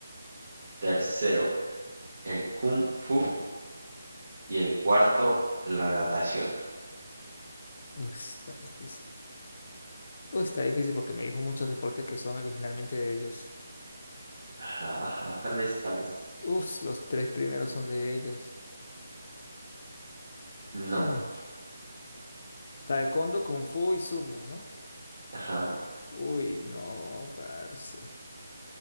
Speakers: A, on the right; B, on the left.
A: Tercero, el kung fu. Y el cuarto, la natación.
B: Uf, está difícil. Uf, está difícil porque me dijo muchos deportes que son originalmente de ellos.
A: Ajá, ajá, tal vez, tal vez.
B: Uf, los tres primeros son de ellos.
A: No,
B: Hmm, Taekwondo, Kung Fu y Sumo, ¿no?
A: ajá.
B: Uy, no, parce.